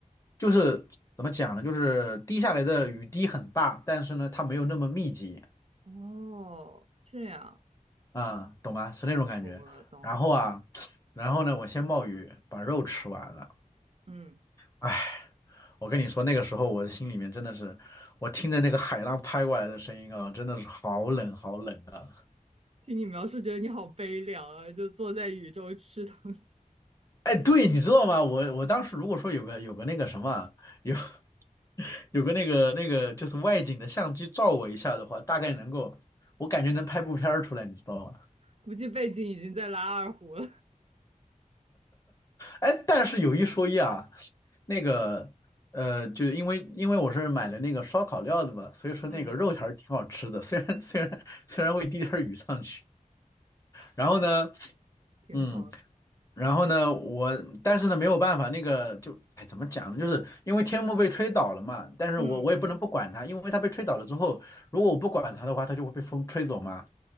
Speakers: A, on the left; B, on the right.
A: 就是怎么讲呢，就是滴下来的雨滴很大，但是呢它没有那么密集。
B: 哦，这样，
A: 嗯，懂吗？是那种感觉。
B: 懂了，懂了。
A: 然后啊，然后呢，我先冒雨把肉吃完了。
B: 嗯，
A: 哎，我跟你说，那个时候我的心里面真的是，我听着那个海浪拍过来的声音啊，真的是好冷好冷啊。
B: 听你描述，觉得你好悲凉啊，就坐在雨中吃东西。
A: 哎，对，你知道吗？我我当时如果说有个有个那个什么，有 <laughs> 有个那个那个就是外景的相机照我一下的话，大概能够，我感觉能拍部片儿出来，你知道吗？
B: 估计背景已经在拉二胡了，
A: 哎，但是有一说一啊，那个呃，就因为因为我是买了那个烧烤料的嘛，所以说那个肉还是挺好吃的，
B: <laughs> 嗯
A: 虽然虽然虽然会滴点儿雨上去。然后呢，
B: 哎，挺好的。
A: 嗯，然后呢，我但是呢没有办法，那个就哎怎么讲呢，就是因为天幕被吹倒了嘛，但是我我也不能不管它，
B: 嗯，
A: 因为它被吹倒了之后，如果我不管它的话，它就会被风吹走嘛。